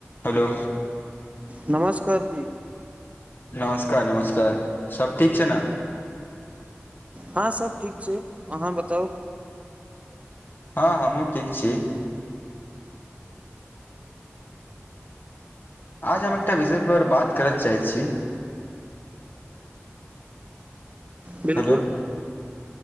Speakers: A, on the left; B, on the right.
A: hello
B: नमस्कार जी
A: नमस्कार नमस्कार सब ठीक छै ने
B: हँं सब ठीक छै अहाँ बताउ
A: हँ हमहुँ ठीक छी आज हम एकटा विषय पर बात करऽ चाहै छी
B: बिल्कुल
A: हेलो